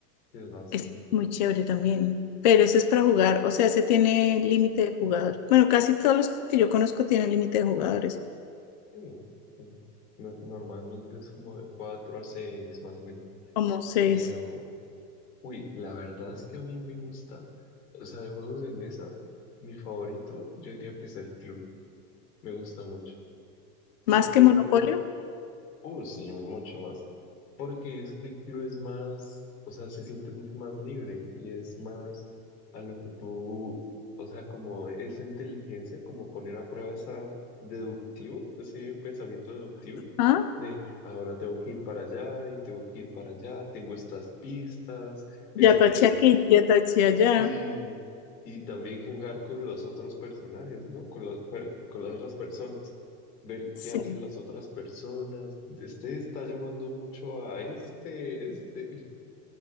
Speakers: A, on the left (about 80°); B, on the left (about 30°).
A: es bastante.
B: Es muy chévere también. Pero ese es para jugar, o sea, ese tiene límite de jugadores. Bueno, casi todos los que yo conozco tienen límite de jugadores,
A: Sí, sí. No- normalmente es como de cuatro a 6 más o menos.
B: como seis.
A: Pero, uy, la verdad es que a mí me gusta, o sea, de juegos de mesa, mi favorito, yo diría que es el club. Me gusta mucho. Sí,
B: Más
A: por
B: que Monopolio.
A: todo, Uh, sí, mucho más. Porque es que el club es más, o sea, se siente mucho más libre y es más a lo que tú, o sea, como esa inteligencia, como poner a prueba esa deductivo, ese pensamiento deductivo
B: Ah,
A: de ahora tengo que ir para allá y tengo que ir para allá, tengo estas pistas, este
B: ya taché aquí, ya taché allá.
A: Sí, y también jugar con los otros personajes, ¿no? Con, la- per- con las otras personas, ver
B: Sí.
A: qué hacen las otras personas. Este está llamando mucho a este, este.